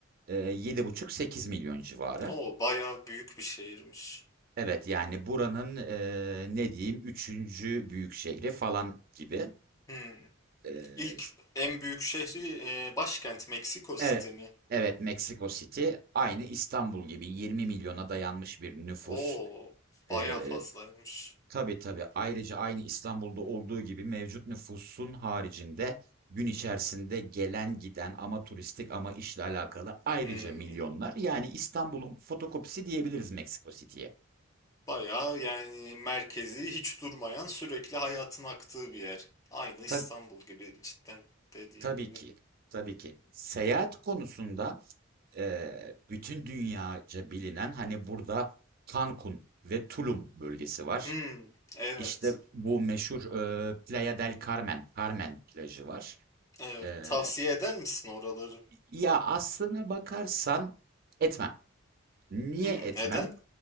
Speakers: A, on the right (about 45°); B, on the left (about 15°).
A: e, 7,5-8 milyon civarı.
B: Oo, bayağı büyük bir şehirmiş.
A: Evet, yani buranın e, ne diyeyim Üçüncü büyük şehri falan gibi.
B: Hmm.
A: Ee,
B: İlk
A: s-
B: en büyük şehri e, başkent Meksiko City
A: evet,
B: mi?
A: evet Meksiko City aynı İstanbul gibi 20 milyona dayanmış bir nüfus.
B: Oo, bayağı
A: Ee,
B: fazlaymış.
A: Tabii tabii. Ayrıca aynı İstanbul'da olduğu gibi mevcut nüfusun haricinde gün içerisinde gelen giden ama turistik ama işle alakalı ayrıca
B: Hmm.
A: milyonlar. Yani İstanbul'un fotokopisi diyebiliriz Meksiko City'ye.
B: Bayağı yani merkezi hiç durmayan sürekli hayatın aktığı bir yer. Aynı
A: Tabii,
B: İstanbul gibi cidden dediğin
A: tabii
B: gibi.
A: ki. Tabii ki. Seyahat konusunda eee, bütün dünyaca bilinen hani burada Cancun ve Tulum bölgesi var.
B: Hmm, evet.
A: İşte bu meşhur eee, Playa del Carmen, Carmen plajı var.
B: Evet,
A: Eee
B: tavsiye eder misin oraları?
A: Ya, aslına bakarsan etmem. Niye
B: Hmm,
A: etmem?
B: neden?